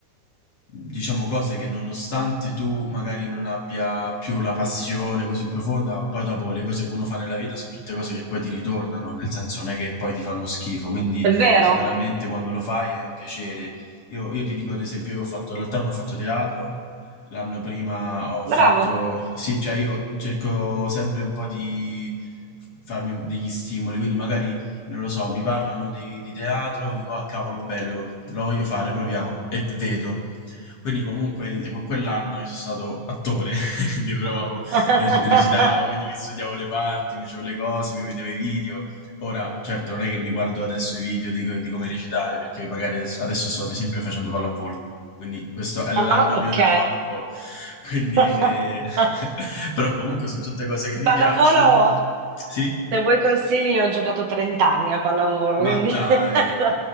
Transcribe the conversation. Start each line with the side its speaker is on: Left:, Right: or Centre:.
Left: diciamo, cose che nonostante tu magari non abbia più la passione così profonda, poi dopo le cose che uno fa nella vita sono tutte cose che poi ti ritornano, nel senso non è che poi ti fanno schifo, quindi
Right: È vero,
Left: sicuramente quando lo fai è un piacere. Io, io ti dico, ad esempio, io ho fatto l'altro anno ho fatto teatro, l'anno prima ho
Right: bravo.
Left: fatto, sì, cioè io cerco sempre un po' di farmi degli stimoli, quindi magari non lo so, mi parlano di, di teatro, dico, ah cavolo, bello, lo voglio fare, proviamo, e vedo. Quindi comunque, tipo, quell'anno io sono stato attore, <laughs> quindi provavo,
Right: <laughs>
Left: rec- recitavo, quindi mi studiavo le parti, mi facevo le cose, mi vedevo i video. Ora, certo, non è che mi guardo adesso i video di, co- di come recitare, perché magari adesso, adesso sto ad esempio facendo pallavolo, quindi questo è l'anno
Right: Ah, ok.
Left: mio della pallavolo. <laughs> Quindi,
Right: <laughs>
Left: eh, <laughs> però comunque sono tutte cose che mi
Right: Pallavolo,
Left: piacciono, sì,
Right: se vuoi consigli, ho giocato 30 anni a pallavolo,
Left: ma
Right: quindi
Left: dai,
Right: <laughs>